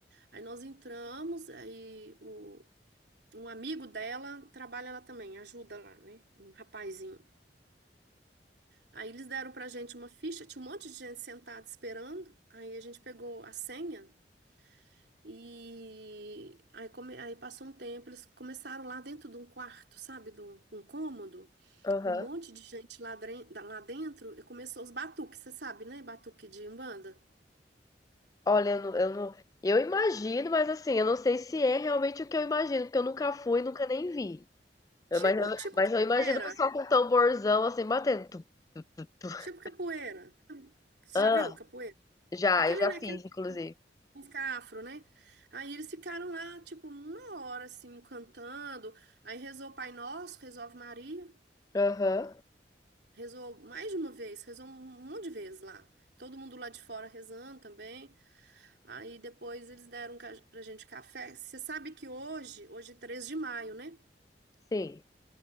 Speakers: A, on the right; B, on the left.
A: Aí nós entramos, aí o, um amigo dela trabalha lá também, ajuda lá, né? Um rapazinho. Aí eles deram pra gente uma ficha, tinha um monte de gente sentada esperando. Aí a gente pegou a senha e aí, come, aí passou um tempo, eles começaram lá dentro de um quarto, sabe? De um um cômodo.
B: Aham.
A: Um monte de gente lá, dren- da- lá dentro e começou os batuques, você sabe, né? Batuque de Umbanda.
B: Olha, eu não, eu não. Eu imagino, mas assim, eu não sei se é realmente o que eu imagino, porque eu nunca fui, nunca nem vi. Eu-
A: Tipo,
B: Mas eu,
A: tipo
B: mas
A: capoeira.
B: eu imagino o pessoal com tamborzão assim batendo. Tu, tu, tu, tu.
A: Tipo capoeira. Você
B: Ah,
A: já viu capoeira?
B: já,
A: Aquele,
B: eu já
A: né? Aquele
B: fiz,
A: tipo
B: inclusive.
A: de música afro, né? Aí eles ficaram lá, tipo, uma hora, assim, cantando. Aí rezou o Pai Nosso, rezou a Ave Maria.
B: Aham,
A: Rezou mais de uma vez, rezou um monte de vezes lá. Todo mundo lá de fora rezando também. Aí depois eles deram ca- pra gente café. Você sabe que hoje, hoje é 3 de maio, né?
B: sim.